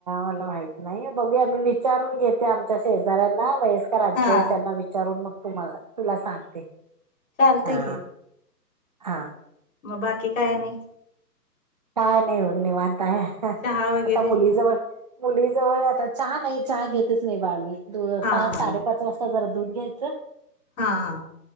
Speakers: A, on the right; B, on the left.
A: मला माहित नाही बघु मी विचारून घेते आमच्या शेजाऱ्यांना कराचे
B: हा
A: आहेत त्यांना विचारून मग तुम्हाला, तुला सांगते.
B: चालतंय
A: हा
B: की
A: हा.
B: मग बाकी काय आणि?
A: काय नाही बघ निवांत हाय,
B: चहा वगैरे
A: आता मुलीजवळ मुली जवळ आता, चहा नाही चहा घेतच नाही बाळ मी, दो
B: हा
A: पाच
B: हा
A: साडेपाच वाजता जरा दुध घ्यायचं
B: हा हा.